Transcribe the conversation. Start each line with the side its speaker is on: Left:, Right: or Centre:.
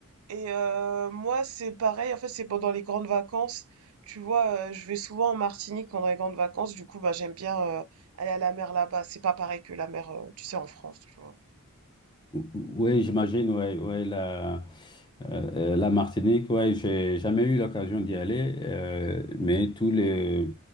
Right: Et euh, moi c'est pareil, en fait c'est pendant les grandes vacances. Tu vois, euh, je vais souvent en Martinique pendant les grandes vacances, du coup bah j'aime bien euh, aller à la mer là-bas. C'est pas pareil que la mer, euh, tu sais, en France, tu vois.
Left: Oui, j'imagine, ouais, ouais, la, euh, euh, la Martinique, ouais, j'ai jamais eu l'occasion d'y aller, euh, mais tous les,